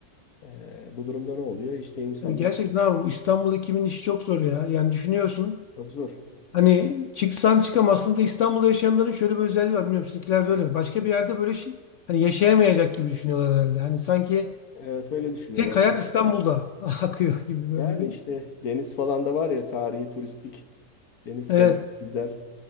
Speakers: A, on the left; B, on the left.
A: E, bu durumda ne oluyor? İşte insanlar
B: Yani gerçekten abi bu İstanbul ekibinin işi çok zor ya. Yani düşünüyorsun
A: çok zor.
B: hani çıksan çıkamazsın da İstanbul'da yaşayanların şöyle bir özelliği var. Bilmiyorum sizinkiler de öyle mi? Başka bir yerde böyle şey, hani yaşayamayacak gibi düşünüyorlar herhalde. Hani sanki
A: Evet öyle düşünüyorlar.
B: tek hayat İstanbul'da <laughs> akıyor gibi böyle
A: Yani
B: bir.
A: işte deniz falan da var ya tarihi turistik deniz
B: Evet.
A: kenarı güzel.